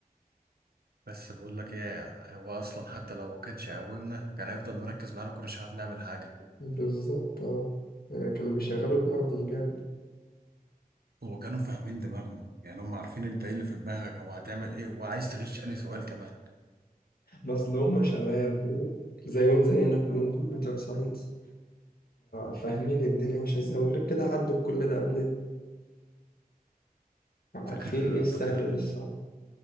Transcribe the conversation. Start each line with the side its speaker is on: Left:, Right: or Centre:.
Right: بس بقول لك ايه هو اصلا حتى لو ما كانش قومنا كان هيفضل مركز معانا وكناش عارف نعمل حاجة
Left: بالظبط اه آه، كانوا بيشغلوا دماغهم جامد
Right: هو كانوا فاهمين دماغنا يعني هم عارفين انت ايه اللي في دماغك او هتعمل ايه وعايز تغش انهي سؤال كمان
Left: بس لو هم شباب وزيهم زينا كلهم كمبيوتر ساينس فاهمين الدنيا ماشية ازاي وغير كده عدوا بكل ده قبلنا فعارفين
Right: فاكر
Left: ايه السهل
Right: فاكر
Left: وايه الصعب